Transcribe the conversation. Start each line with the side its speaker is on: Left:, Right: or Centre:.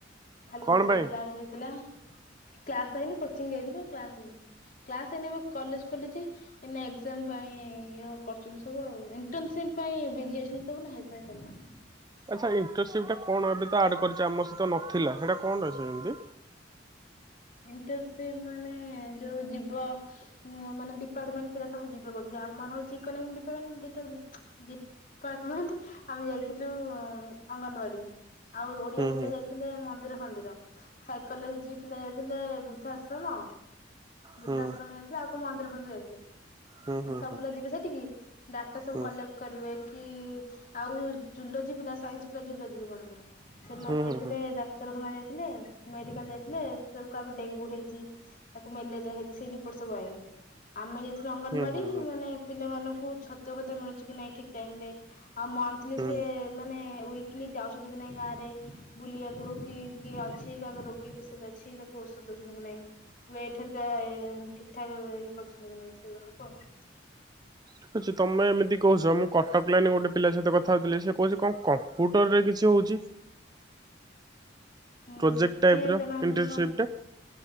Left: ଖାଲି
Right: କଣ
Left: ଗୋଟେ
Right: ପାଇଁ?
Left: କ୍ଲାସ ହେଇଥିଲା। କ୍ଲାସ ହେଇନି କୋଚିଂ ଯାଇଥିଲୁ କ୍ଲାସ ହେଇନି କ୍ଲାସ ହେଇନି ମୁ କଲେଜ ଖୋଲିଛି। ଏଇନା ଏଗଜାମ୍ ପାଇଁ କରୁଚନ୍ତି ସବୁ ଆଉ ଇଣ୍ଟନସିପ ପାଇଁ ବିଜି ଅଛନ୍ତି ସବୁ ହେତି ପାଇଁ କରୁ ନାହାଁନ୍ତି।
Right: ଆଚ୍ଛା ଇଣ୍ଟର୍ନସିପ୍ ଟା କଣ ଆଡ଼େ ପରିଚୟ ଆମ ସହିତ ନଥିଲା ହେଟା କଣ ଅଛି ଏମିତି।
Left: କିନ୍ତୁ ସେମାନେ ଯୋଉ ଯିବ ମାନେ ଡିପାର୍ଟମେଣ୍ଟ ପିଲା ସବୁ ଯିବେ ବୋଧେ ଆମର ହଉଛି ଏକୋନୋମି ଡିପାମେନ୍ ଡିଟା ଡି ଡିପାର୍ଟମେଣ୍ଟ ଆମେ ଯାଇଥିଲୁ ଅଙ୍ଗନବାଡି। ଆଉ ଓଡିଆ
Right: ହୁଁ
Left: ପିଲା
Right: ହୁଁ
Left: ଯାଇଥିଲେ ମନ୍ଦିର ଫନ୍ଦିର। ସାଇକୋଲୋଯି ପିଲା ଯାଇଥିଲେ ବୃଦ୍ଧାଶ୍ରମ ବୃଦ୍ଧାଶ୍ରମ
Right: ହୁଁ
Left: ଯାଇଥିଲେ ଆଉ କୋଉ ମନ୍ଦିର ଫନ୍ଦିର ଯାଇଥିଲ
Right: ହୁଁ ହୁଁ
Left: ସବୁ ପିଲା ଯିବେ ସେଇଠିକି ଡାଟା ସବୁ
Right: ହୁଁ
Left: କଲେକ୍ଟ କରିବେ କି ଆଉ ଜୁଲୋଜି ପିଲା ସାଇନ୍ସ ପିଲା ଜୁଲୋଜି ମାନଙ୍କର ସେମାନେ
Right: ହୁଁ ହୁଁ ହୁଁ
Left: ଯାଇଥିଲେ
Right: ହୁଁ
Left: ଡାକ୍ତରଖାନା ଯାଇଥିଲେ ମେଡିକାଲ ଯାଇଥିଲେ ସବୁ କାହାକୁ ଡେଙ୍ଗୁ ହେଇଛି କାହାକୁ ମ୍ୟାଲେରିଆ ହେଇଛି ସେଇ ରିପୋର୍ଟ ସବୁ ଆଇଁଲେ। ଆମେ ଯାଇଥିଲୁ ଅଙ୍ଗନବାଡି
Right: ହୁଁ ହୁଁ ହୁଁ ହୁଁ
Left: ମାନେ ପିଲାମାନଙ୍କୁ ଛତୁଆ ଫତୁଆ ମିଳୁଛି କି ନାଇଁ ଠିକ ଟାଇମରେ ଆଉ ମନ୍ଥଲି
Right: ହୁଁ।
Left: ସେ ମାନେ ୱିକଲି ଯାଉଛନ୍ତି କି ନାଇଁ ଗାଁରେ ବୁଲିବାକୁ କି କିଏ ଅଛି କାହାକୁ ରୋଗୀ ପେସେଣ୍ଟ ଅଛି ତାକୁ ଔଷଧ ଦଉଛନ୍ତି କି ନାଇଁ ୱେଟ ଥରିକା ଠିକ୍ ଠାକ୍ ଇଏ କରୁଛନ୍ତି କି ନାଇ ସେଇଗୁରା ସବୁ ଆଉ।
Right: ଠିକ୍ ତମେ ଏମିତି କହୁଛ ମୁଁ କଟକ ଲାଇନ ଗୋଟ ପିଲା ସହିତ କ କଥା ହଉଥିଲି ସେ କହୁଛି କଣ କମ୍ପୁଟରରେ କିଛି ହଉଛି।
Left: ହୁଁ
Right: ପ୍ରୋଜେକ୍ଟ ଟାଇପ୍
Left: କିଏ
Right: ର
Left: ତା ନାଁ
Right: ଇଣ୍ଟରସିପ୍
Left: ଟା କଣ